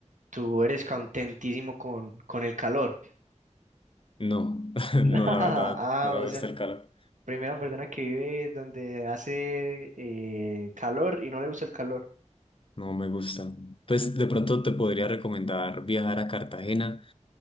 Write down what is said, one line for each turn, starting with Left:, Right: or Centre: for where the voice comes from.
Right: Tú eres contentísimo con, con el calor.
Left: No, <laughs>
Right: <laughs>
Left: no, la
Right: Ah,
Left: verdad, no me
Right: o
Left: gusta
Right: sea,
Left: el calor.
Right: primera persona que vive donde hace eh, calor y no le gusta el calor.
Left: No me gusta. Pues de pronto te podría recomendar viajar a Cartagena.